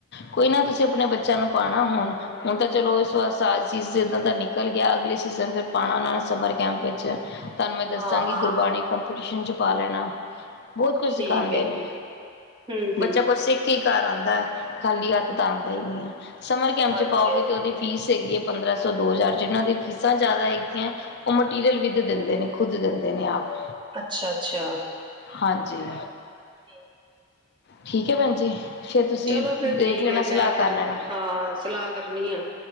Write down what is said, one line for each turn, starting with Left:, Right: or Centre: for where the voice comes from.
Left: ਕੋਈ ਨਾ ਤੁਸੀਂ ਆਪਣੇ ਬੱਚਿਆਂ ਨੂੰ ਪਾਉਣਾ ਹੋਣ ਹੁਣ ਤਾਂ ਚਲੋ ਇਸ ਵਾਸਜ ਜਦਾਂ ਦਾ ਨਿਕਲ ਗਿਆ ਅਗਲੇ ਸੀਜ਼ਨ ਫਿਰ ਪਾਉਣਾ ਉਹਨਾਂ ਨੇ ਸਮਰ ਕੈਂਪ ਵਿੱਚ <unintelligible> ਤੁਹਾਨੂੰ ਮੈਂ ਦੱਸਾਂਗੀ
Right: ਹਾਂ ਹਾਂ
Left: ਗੁਰਬਾਣੀ ਕੰਪੀਟੀਸ਼ਨ ਚ ਪਾ ਲੈਣਾ ਬਹੁਤ ਕੁਝ
Right: ਠੀਕ
Left: ਸਿਖਾਉਂਦੇ
Right: ਹੈ
Left: ਨੇ
Right: ਠੀਕ ਹੈ ਹਮ
Left: ਬੱਚਾ
Right: ਹਮ
Left: ਕੁਛ ਸਿੱਖ ਘਰ ਆਉਂਦਾ ਹੈ ਖਾਲੀ ਹੱਥ ਤਾਂ ਆਉਂਦਾ ਹੀ ਨਹੀਂ ਹੈ ਸਮਰ ਕੈਂਪ ਚ
Right: ਹਾਂਜੀ
Left: ਪਾਓਗੇ
Right: ਹਾਂਜੀ
Left: ਤੇ ਉਹਦੀ ਫੀਸ ਹੈਗੀ ਹੈ ਪੰਦਰਾਂ ਸੌ ਦੋ ਹਜ਼ਾਰ ਜਿਨ੍ਹਾਂ ਦੀ ਫੀਸਾਂ ਜ਼ਿਆਦਾ ਹੈਗੀਆਂ <unintelligible> ਉਹ ਮਟੀਰੀਅਲ ਵੀ ਦਿੰਦੇ ਨੇ ਖੁਦ ਦਿੰਦੇ ਨੇ ਆਪ
Right: ਅੱਛਾ ਅੱਛਾ
Left: ਹਾਂਜੀ
Right: ਠੀਕ
Left: ਠੀਕ ਹੈ ਭੈਣ ਜੀ ਫਿਰ ਤੁਸੀਂ
Right: ਚਲੋ ਫੇਰ
Left: ਦੇਖ
Right: ਠੀਕ
Left: ਲੈਣਾ
Right: ਹੈ ਮੈਂ
Left: ਸਲਾਹ ਕਰ
Right: ਫਿਰ
Left: ਲੈਣਾ
Right: ਹਾਂ ਸਲਾਹ ਕਰਨੀ ਆ